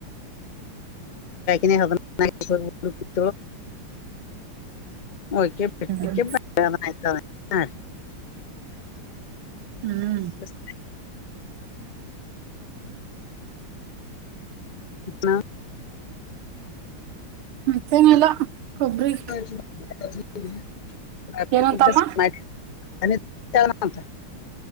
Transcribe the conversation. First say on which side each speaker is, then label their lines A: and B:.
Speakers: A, on the left; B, on the right.
A: ನೀ ಹ ಓ <inaudible> <inaudible> <inaudible>
B: ಹ್ಮ್
A: ಹಯ್ತ ಹಾಂ
B: ಹ್ಮ್
A: ಸ <inaudible> ಹಾ
B: ಮತ್ತೇನಿಲ್ಲ ಕೊಬ್ಬರಿ
A: <unintelligible>
B: ಏನಂತಮ್ಮ
A: ಅ ಚನಂತ <unintelligible>